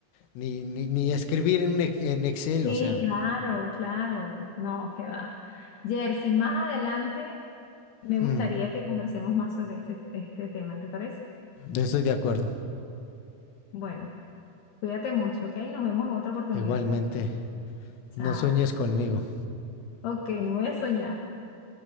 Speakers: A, on the left (about 80°); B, on the left (about 65°).
A: ni, ni, ni escribir en, un en Excel,
B: Sí,
A: o sea.
B: claro, claro. No, qué va. Jersey, más adelante me gustaría
A: Mm,
B: que conversemos más sobre este, este tema, ¿te parece?
A: estoy de acuerdo.
B: Bueno, cuídate mucho, ¿ok? Nos vemos en otra oportunidad.
A: Igualmente,
B: Chao.
A: no sueñes conmigo.
B: Ok, no voy a soñar.